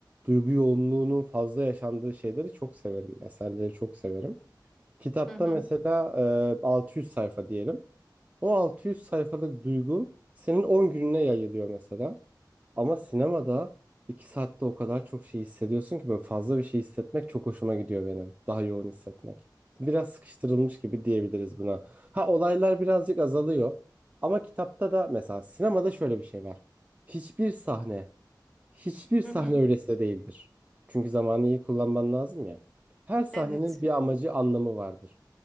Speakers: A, on the right; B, in the centre.
A: duygu yoğunluğunun fazla yaşandığı şeyleri çok severim. Eserleri çok severim. Kitapta
B: Hı hı.
A: mesela e, 600 sayfa diyelim. O 600 sayfalık duygu senin 10 gününe yayılıyor mesela. Ama sinemada iki saatte o kadar çok şey hissediyorsun ki böyle fazla bir şey hissetmek çok hoşuma gidiyor benim. Daha yoğun hissetmek. Biraz sıkıştırılmış gibi diyebiliriz buna. Ha olaylar birazcık azalıyor. Ama kitapta da mesela sinemada şöyle bir şey var. Hiçbir sahne, hiçbir sahne
B: Hı hı.
A: öylesine değildir. Çünkü zamanı iyi kullanman lazım ya. Her sahnenin
B: Evet.
A: bir amacı, anlamı vardır.